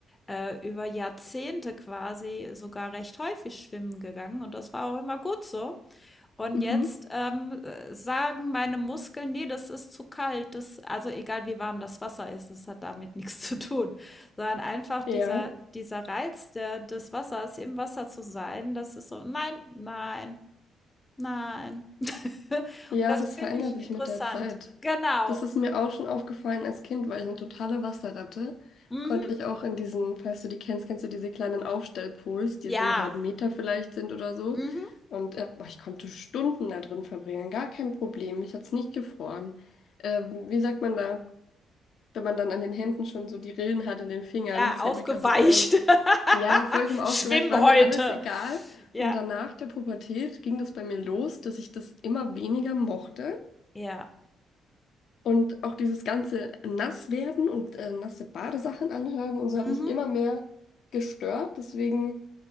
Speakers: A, on the left; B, on the left.
A: äh, über Jahrzehnte quasi sogar recht häufig schwimmen gegangen und das war auch immer gut so. Und
B: Mhm.
A: jetzt ähm, äh, sagen meine Muskeln, nee, das ist zu kalt. Das, also egal wie warm das Wasser ist, das hat damit <laughs> nichts zu tun. Sondern einfach dieser,
B: Ja.
A: dieser Reiz der, des Wassers, im Wasser zu sein, das ist so, nein, nein, nein. <laughs> Und
B: Ja,
A: das
B: das
A: finde
B: verändert
A: ich
B: sich
A: interessant.
B: mit der Zeit.
A: Genau.
B: Das ist mir auch schon aufgefallen als Kind, weil ich eine totale Wasserratte.
A: Mhm.
B: Konnte ich auch in diesen, falls du die kennst, kennst du diese kleinen Aufstellpools, die
A: Ja.
B: so einen halben Meter vielleicht sind oder so.
A: Mhm.
B: Und äh, boah, ich konnte Stunden da drin verbringen, gar kein Problem. Mich hat's nicht gefroren. Ähm, wie sagt man da, wenn man dann an den Händen schon so die Rillen hat in den Fingern?
A: Ja,
B: Das
A: aufgeweicht.
B: fällt mir gerade nicht ein.
A: <laughs>
B: Ja, vollkommen aufgeweicht,
A: Schwimm
B: war
A: heute.
B: mir alles egal.
A: Ja.
B: Und danach der Pubertät ging das bei mir los, dass ich das immer weniger mochte.
A: Ja.
B: Und auch dieses ganze Nasswerden und äh, nasse Badesachen anhaben und so hat
A: Mhm.
B: mich immer mehr gestört. Deswegen